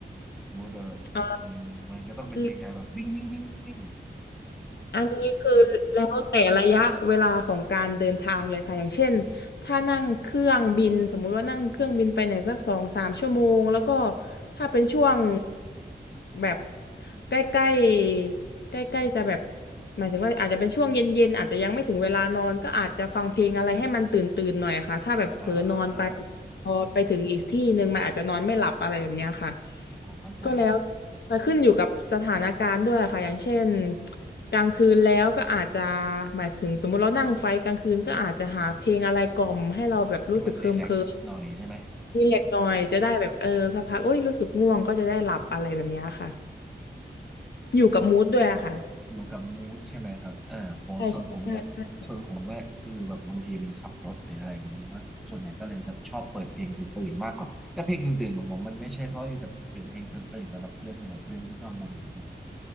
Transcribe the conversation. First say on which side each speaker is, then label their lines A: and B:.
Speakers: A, in the centre; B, on the left.
A: มมดยว่าเออมันก็ต้องเป็นเพลงไทยแบบวิ่งวิ่งวิ่งวิ่ง
B: เอ่อ อันนี้คือแล้วแต่ระยะเวลาของการเดินทางเลยค่ะอย่างเช่นถ้านั่งเครื่องบินสมมุติว่านั่งเครื่องบินไปไหนสักสองสามชั่วโมงแล้วก็ถ้าเป็นช่วงแบบใกล้ๆใกล้ๆจะแบบหมายถึงว่าอาจจะเป็นช่วงเย็นๆอาจจะยังไม่ถึงเวลานอนก็อาจจะฟังเพลงอะไรให้มันตื่นตื่นหน่อยอะค่ะถ้าแบบเผลอนอนไป
A: <laughs> อ่า
B: พอไปถึงอีกที่หนึ่งมันอาจจะนอนไม่หลับอะไรแบบเนี้ยค่ะ
A: เข้าใจ
B: ก็แล้วมันขึ้นอยู่กับสถานการณ์ด้วยค่ะอย่างเช่นกลางคืนแล้วก็อาจจะหมายถึงสมมติเรานั่งไฟกลางคืนก็อาจจะหาเพลงอะไรกล่อมให้เราแบบรู้สึกเคลิมเคลิม
A: ที่มันรีแลกซ์หน่อยใช่ไหม
B: รีแลกซ์หน่อยจะได้แบบเออสักพักโอ้ยรู้สึกง่วงก็จะได้หลับอะไรแบบเนี้ยค่ะ
A: อืม
B: อยู่กับมูดด้วยอะค่ะ
A: อยู่กับมูดใช่ไหมครับอ่าผมส่วนผมเนี่ยส่วนผมว่าคือแบบบางทีมันขับรถหรืออะไรอย่างนี้แล้วส่วนใหญ่ก็เลยจะชอบเปิดเพลงตื่นๆมากกว่าแต่เพลงตื่นๆของผมมันไม่ใช่ค่อยจะเป็นเพลงตื่นๆสำหรับเพื่อนอะไรเพื่อนก็ชอบบ่นเหมือนกัน
B: ใช่ใช่ใช่ใช่